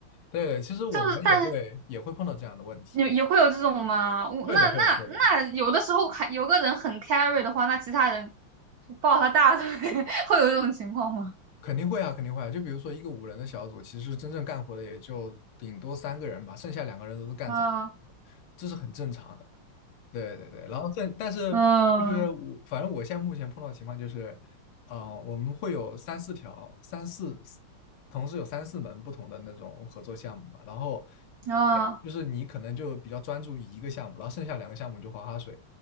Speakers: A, on the left; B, on the right.
A: 对，其实我们也会也会碰到这样的问题，
B: 就是但也也会有这种嘛，我那那那有的时候还有个人很
A: 会的，会的，会的，
B: carry 的话，那其他人就抱他大腿，<laughs> 会有这种情况吗？
A: 肯定会啊，肯定会啊。就比如说一个五人的小组，其实真正干活的也就顶多三个人吧，剩下两个人都是干杂活的这是很正常的。
B: 啊。
A: 对对对，然后但但是就是我反正我现在目前碰到的情况就是，
B: 嗯
A: 嗯、我们会有三四条、三四同时有三四门不同的那种合作项目吧，然后
B: 啊
A: 哎就是你可能就比较专注于一个项目，然后剩下两个项目就划划水，